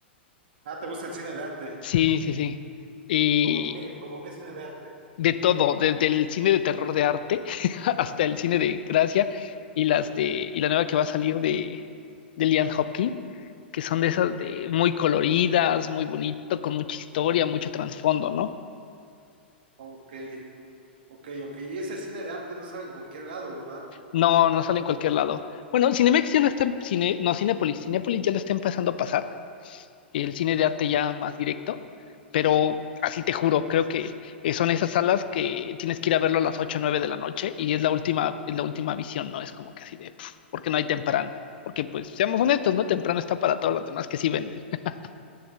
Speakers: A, on the right; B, on the left.
A: Ah, ¿te gusta el cine de arte?
B: Sí, sí, sí. Y
A: ¿Cómo qué? ¿Cómo qué cine de arte?
B: de todo, desde el cine de terror de arte <laughs> hasta el cine de gracia y las de, y la nueva que va a salir de, de Liam Hopkins, que son de esas de muy coloridas, muy bonito, con mucha historia, mucho trasfondo, ¿no?
A: Ok, ok, ok. Y ese cine de arte no sale en cualquier lado, ¿verdad?
B: No, no sale en cualquier lado. Bueno, Cinemex ya lo está en cine, no, Cinépolis, Cinépolis ya lo está empezando a pasar el cine de arte ya más directo, pero así te juro, creo que eh, son esas salas que tienes que ir a verlo a las 8 o 9 de la noche y es la última, es la última visión, ¿no? Es como que así de, pf, porque no hay temprano, porque pues seamos honestos, ¿no? Temprano está para todos los demás que sí venden. <laughs>